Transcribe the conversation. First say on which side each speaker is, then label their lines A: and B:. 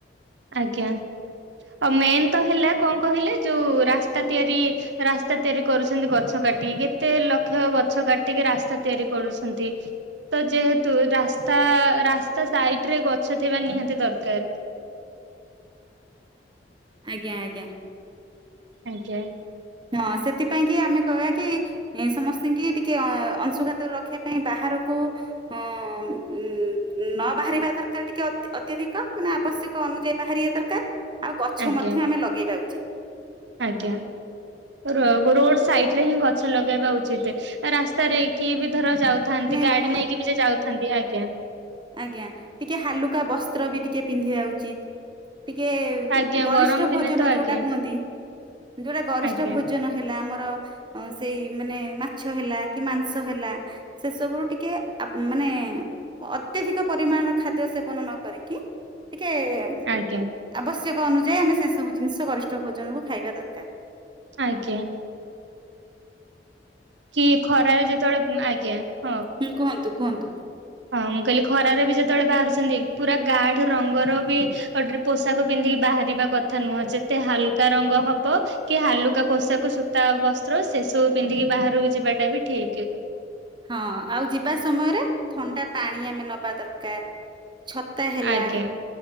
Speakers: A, on the right; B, on the right.
A: ଆଜ୍ଞା ଆଉ ମେନ୍ ତ ହେଲା କଣ କହିଲେ ଯୋଉ ରାସ୍ତା ତିଆରି ରାସ୍ତା ତିଆରି କରୁଛନ୍ତି ଗଛ କାଟି କେତେ ଲକ୍ଷ ଗଛ କାଟିକି ରାସ୍ତା ତିଆରି କରୁଛନ୍ତି। ତ ଯେହେତୁ ରାସ୍ତା ରାସ୍ତା ସାଇଡ ରେ ଗଛ ଥିବା ନିହାତି ଦରକାର।
B: ଆଜ୍ଞା ଆଜ୍ଞା
A: ଆଜ୍ଞା।
B: ହଁ ସେଥିପାଇଁ କି ଆମେ କହିବା କି? ଏ ସମସ୍ତି ଙ୍କୀ ଟିକେ ଅ ଅଂଶୁଘାତ ରଖିବା ପାଇଁ ବାହାରକୁ ହଁ ଉଁ ନ ବାହାରିବା ଦରକାର ଟିକେ ଅତ୍ୟଧିକ ମାନେ ଆବଶ୍ୟକ। ଅନୁଯାୟୀ ବାହାରିବା ଦରକାର ଆଉ ଗଛ
A: ଆଜ୍ଞା
B: ମଧ୍ୟ ଆମେ ଲଗେଇବା ଉଚିତ।
A: ଆଜ୍ଞା ରୋଡ ସାଇଡ ରେ ହିଁ ଗଛ ଲଗେଇବା ଉଚିତ୍ ରାସ୍ତାରେ କିଏ ବି ଧର ଯାଉ ଥାନ୍ତି
B: ମାନେ
A: ଗାଡି
B: ଲୋକମାନେ
A: ନେଇକି ବି ଯାଉଥାନ୍ତି ଆଜ୍ଞା।
B: ଆଜ୍ଞା ଟିକେ ହାଲୁକା ବସ୍ତ୍ର ବି ଟିକେ ପିନ୍ଧିବା ଉଚିତ ଟିକେ
A: ଆଜ୍ଞା
B: ଗରିଷ୍ଠ
A: ଗରମ ଦିନେ
B: ଭୋଜନ
A: ତ ଆଜ୍ଞା
B: ଯୋଉଟା କୁହନ୍ତି ଯୋଉଟା ଗରିଷ୍ଠ
A: ଆଜ୍ଞା
B: ଭୋଜନ ହେଲେ ଆମର ସେଇ ମାନେ ମାଛ ହେଲା କି ମାଂସ ହେଲା। ସେସବୁ ର ଟିକେ ମାନେ ଅତ୍ୟଧିକ ପରିମାଣର ଖାଦ୍ୟ ସେବନ ନ କରିକି ଟିକେ
A: ଆଜ୍ଞା
B: ଆବଶ୍ୟକ ଅନୁଯାୟୀ ଆମେ ସେ ସବୁ ଜିନିଷ ଗରିଷ୍ଠ ଭୋଜନକୁୁ ଖାଇବା ଦରକାର।
A: ଆଜ୍ଞା କି ଖରାରେ ଯେତେବେଳେ ଆଜ୍ଞା ହଁ।
B: ହୁଁ କୁହନ୍ତୁ କୁହନ୍ତୁ।
A: ହଁ ମୁଁ କହିଲି ଖରାରେ ବି ଯେତେବେଳେ ବାହାରୁଛନ୍ତି ପୁରା ଗାଠ ରଙ୍ଗର ବି ଗଟରେ ପୋଷାକ ପିନ୍ଧିକି ବାହାରିବା କଥା ନୁହଁ ଯେତେ ହାଲକା ରଙ୍ଗ ହବ କି ହାଲୁକା ପୋଷାକ ସୂତା ବସ୍ତ୍ର ସେସବୁ ପିନ୍ଧିକି ବାହାରକୁ ଯିବାଟା ବି ଠିକ।
B: ହଁ ଆଉ ଯିବା ସମୟରେ ଥଣ୍ଡା ପାଣି ଆମେ ନବା ଦରକାର। ଛତା ହେଲା
A: ଆଜ୍ଞା